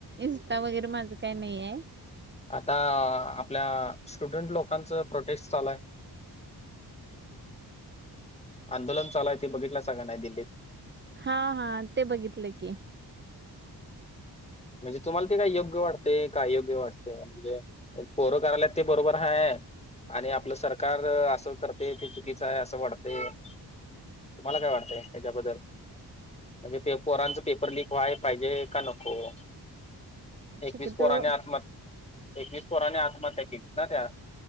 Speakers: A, on the right; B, on the left.
A: इस्टा वगैरे माझं काही नाहीये
B: आता आपल्या स्टुडंट लोकांचं प्रोटेस्ट चालू आहे आंदोलन चालूय ते बघितलासा का नाही दिल्लीत
A: ह, हा ते बघितलं की
B: म्हणजे तुम्हाला ते काय योग्य वाटतय का आयोग्य वाटतय म्हणजे पोरं करायला ते बरोबर हाय आणि आपलं सरकार असं करतय ते चुकीचं आहे असं वाटतंय तुम्हाला काय वाटतय ह्याच्याबद्दल म्हणजे पे पोरांचं पेपर लीक व्हायला पाहिजे का नको एकवीस
A: शक्यतो
B: पोराने आत्मह एकवीस पोराने आत्महत्या केली ना त्यात